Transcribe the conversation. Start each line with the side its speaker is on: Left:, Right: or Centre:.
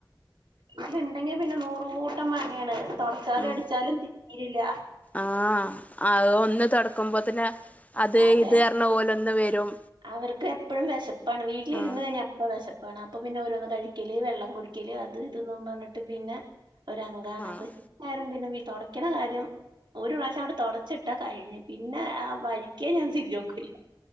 Right: ആഹണ്ടെങ്കി പിന്നെ നൂറ്കൂട്ടം പണിയാണ്. തുടച്ചാലും
Left: ഉം
Right: അടിച്ചാലും തീരില്ല
Left: ആഹ് ആ ഒന്ന് തടക്കുമ്പോതന് അത്
Right: അതെ
Left: ഇത് <unintelligible> ഓരോന്ന് വരും
Right: അവർക്ക് എപ്പഴും വിശപ്പാണ് വീട്ടിലിരുന്ന്
Left: ആഹ്
Right: കഴിഞ്ഞാപ്പ വിശപ്പാണ് അപ്പ പിന്നെ ഓരോന്ന് കഴിക്കല് വെള്ളം കുടി ക്കില് അത് ഇതും എന്ന് പറഞ്ഞിട്ട് പിന്നെ ഒരാങ്കാണ്
Left: ആഹ്
Right: അപ്പൊ <unintelligible> പിന്നെ തുടക്കണ കാര്യം ഒരു പ്രാവശ്യം അങ്ങട് തുടച്ചിട്ട് ഇട്ട കഴിഞ്ഞ് പിന്നെ ആ വഴിക്കേ ഞാൻ തിരിഞ് നോക്കില്ല